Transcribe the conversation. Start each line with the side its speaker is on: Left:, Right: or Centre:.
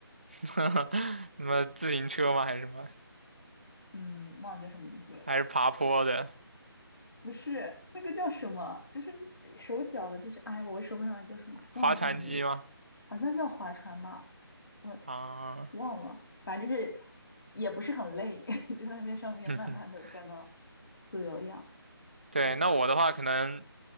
Right: <laughs> 什么自行车吗？还是什么？
Left: <laughs> 嗯，忘了叫什么名字了
Right: 还是爬坡的？
Left: 不是那个叫什么，就是手脚的，就是哎我说不上来叫什么，忘了叫什么名字，
Right: 划船机吗？
Left: 好像叫划船吧，我
Right: 啊，
Left: 忘了，反正就是也不是很累，<laughs> 就在那边上面慢慢的在那
Right: <laughs>
Left: 做有氧。
Right: 对，
Left: 对。
Right: 那我的话可能。